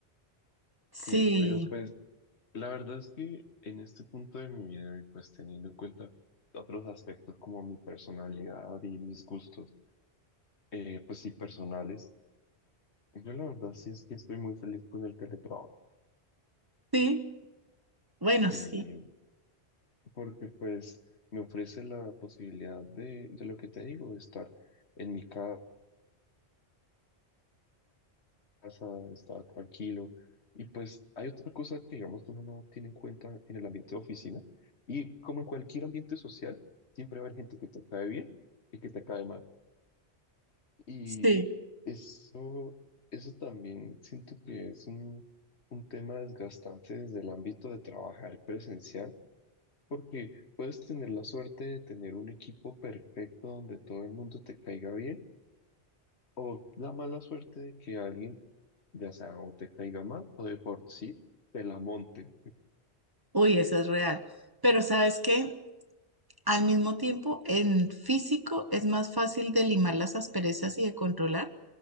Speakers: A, on the right; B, on the left.
A: Sí,
B: Sí, pero pues la verdad es que en este punto de mi vida y pues teniendo en cuenta otros aspectos como mi personalidad y mis gustos, eh, pues sí, personales, yo la verdad sí es que estoy muy feliz con el teletrabajo.
A: sí, bueno,
B: Sí,
A: sí,
B: porque pues me ofrece la posibilidad de, de lo que te digo, de estar en mi casa casa, estar tranquilo. Y pues hay otra cosa que digamos que uno no tiene en cuenta en el ambiente de oficina y como en cualquier ambiente social, siempre va a haber gente que te cae bien y que te cae mal. Y
A: sí.
B: eso, eso también siento que es un, un tema desgastante desde el ámbito de trabajar presencial, porque puedes tener la suerte de tener un equipo perfecto donde todo el mundo te caiga bien o la mala suerte de que alguien, ya sea o te caiga mal o de por sí te la monte.
A: Uy, eso es real. Pero ¿sabes qué? Al mismo tiempo, en físico es más fácil de limar las asperezas y de controlar